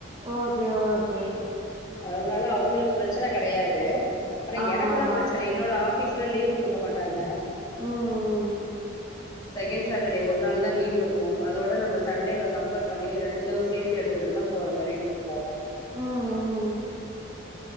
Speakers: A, on the right (about 20°); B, on the left (about 20°).
A: ஓகே ஓகே
B: அதனால அவுங்களுக்கு பிரச்சன கெடையாது ஆனா
A: ஆமா
B: எனக்குதா
A: ஆமா.
B: பிரச்சன என்னோட ஆஃபீஸ் ல லீவ் குடுக்க மாட்டாங்க
A: ம் ம்
B: செகண்ட் சாட்டர்டே ஒரு நாள் தான் லீவ் இருக்கு அதோட நம்ம சண்டேவே கம்பேர் பண்ணி ரெண்டுத்தையு சேத்து எடுத்துக்கிட்டு தா போற மாரி இருக்கும் போனா
A: ம் ம்